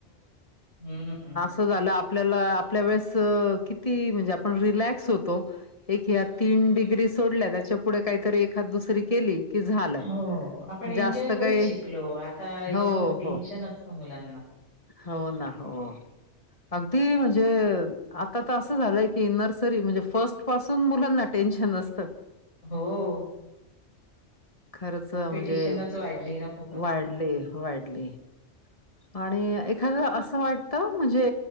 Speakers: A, on the left; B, on the left.
A: हं.
B: कस झाल, आपल्याला आपल्या वेळेस किती म्हणजे आपण रिलॅक्स होतो. एक ह्या तीन डिग्री सोडल्या, त्याच्या पुुढे काहीतरी एखाद दुसरी केली की झालं.
A: हो. आपण एन्जॉय
B: जास्त
A: करत
B: काही
A: शिकलो. आता एकदम
B: हो,
A: टेन्शन
B: हो.
A: असत मुलांना.
B: हो ना, हो. अगदी म्हणजे आता तर असं झालंय की नर्सरी म्हणजे फर्स्ट स्ट पासून मुलांना टेन्शन असतं.
A: हो.
B: खरंच
A: कॉम्पिटिशनच
B: म्हणजे
A: वाढली ना खूप आता.
B: वाढले, वाढली. आणि एखादं असं वाट त म्हणजे